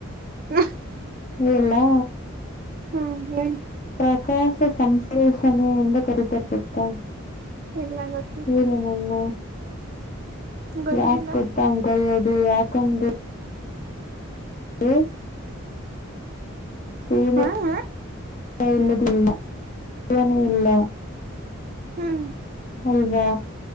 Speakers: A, on the right (about 45°); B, on the left (about 35°).
A: <inaudible>
B: ಹೇಳ್ಲಾ.
A: ಹ ಹೇಳಿ.
B: ಪ್ರಕಾಶ ಸಂಶ್ಲೇಷಣೆ ಎಂದ ಕರೀತಾರೆ ಗೊತ್ತಾ.
A: ಇಲ್ಲ ಗೊತ್ತಿಲ್ಲ
B: ಸೂರ್ಯನನ್ನೂ.
A: ಗೊತ್ತಿಲ್ಲ
B: ಯಾಕ್ ಗೊತ್ತಾ ಅಂಗ ಕರೆಯೋದು ಯಾಕ್ ಅಂಗ್. <inaudible> ಸೂರ್ಯ
A: ಹಾ ಹಾ
B: ಇಲ್ಲದಿಲ್ಲಾ ಅವನೆಯಲ್ಲಾ.
A: ಹ್ಮ್.
B: ಅಲ್ವಾ.